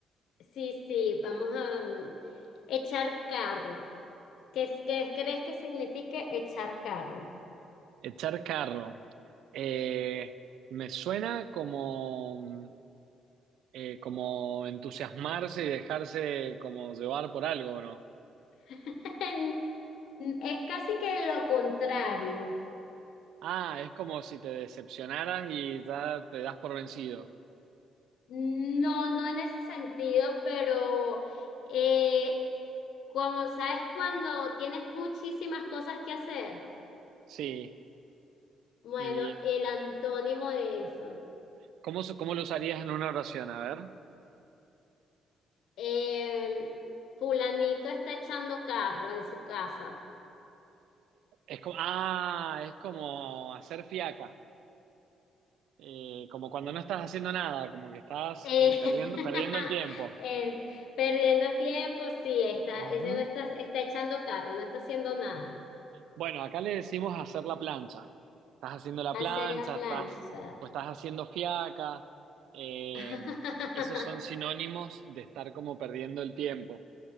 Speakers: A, on the left; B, on the right.
A: sí, sí, vamos a mm, echar carro. ¿Qué, es- qué crees que signifique echar carro?
B: Echar carro. Eh, me suena como, mm, eh, como entusiasmarse y dejarse como llevar por algo, ¿no?
A: <laughs> Es casi que lo contrario.
B: Ah, es como si te decepcionaras y ya te das por vencido.
A: No, no en ese sentido, pero eh, como sabes, cuando tienes muchísimas cosas que hacer,
B: Sí.
A: bueno,
B: ¿Y
A: el antónimo de eso.
B: cómo, se- cómo lo usarías en una oración? A ver.
A: Eh, fulanito está echando carro en su casa.
B: Es como, ah, es como hacer fiaca. Eh, como cuando no estás haciendo nada, como que estás
A: Eh,
B: eh, perdiendo,
A: <laughs>
B: perdiendo el tiempo.
A: eh, perdiendo tiempo, sí, está,
B: Ujú.
A: ese no está, está echando carro, no está haciendo nada.
B: Bueno, acá le decimos hacer la plancha. Estás haciendo la
A: Hacer
B: plancha,
A: la plancha.
B: estás o estás haciendo fiaca. Eh,
A: <laughs>
B: esos son sinónimos de estar como perdiendo el tiempo.